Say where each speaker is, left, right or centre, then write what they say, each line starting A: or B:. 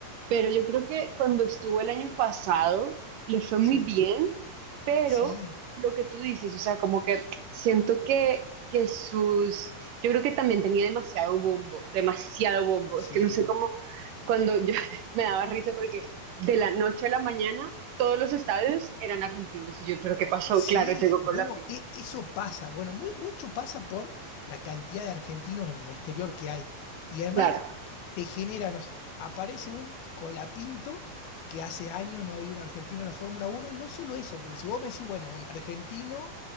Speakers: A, on the right (about 70°); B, on the left (about 85°).
A: pero yo creo que cuando estuvo el año pasado le fue muy
B: Sí.
A: bien, pero
B: Sí,
A: lo que tú dices, o sea, como que siento que, que sus... Yo creo que también tenía demasiado bombo, demasiado bombo.
B: sí.
A: Es que no sé cómo, cuando yo <laughs> me daba risa porque de la noche a la mañana todos los estadios eran argentinos. Y yo, pero ¿qué pasó?
B: Sí,
A: Claro, llegó con
B: bueno,
A: la... fin.
B: e- eso pasa. Bueno, muy- mucho pasa por la cantidad de argentinos en el exterior que hay. Y además
A: Claro.
B: te genera, no sé, aparece un Colapinto que hace años no había un argentino en la Fórmula Uno y no solo eso, porque si vos me decís, bueno, un argentino,